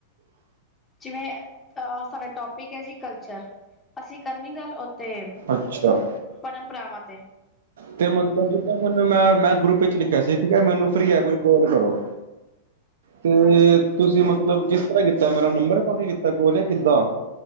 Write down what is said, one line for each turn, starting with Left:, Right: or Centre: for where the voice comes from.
Left: ਜਿਵੇਂ ਅਹ ਸਾਡਾ ਟੋਪਿਕ ਹੈ ਜੀ ਕਲਚਰ। ਅਸੀਂ ਕਰਨੀ ਗੱਲ ਤੇ
Right: ਅੱਛਾ
Left: ਪਰੰਪਰਾਵਾਂ ਤੇ।
Right: ਤੇ ਮਤਲਬ ਜਿੱਦਾਂ ਹੁਣ ਮੈਂ ਗਰੁੱਪ ਵਿੱਚ ਲਿਖਿਆ ਸੀ। ਠੀਕ ਹੈ, ਮੈਨੂੰ ਫਰੀ ਹੈ ਕੋਈ ਕਾਲ ਕਰੋ। ਤੇ
Left: ਹਾਂਜੀ,
Right: ਤੁਸੀਂ ਮਤਲਬ ਕਿਸ ਤਰਾਂ ਕੀਤਾ, ਮੇਰਾ ਨੰਬਰ ਪਾ ਕੇ ਕੀਤਾ। ਕੋਲ ਨੀ ਕਿੱਤਾ।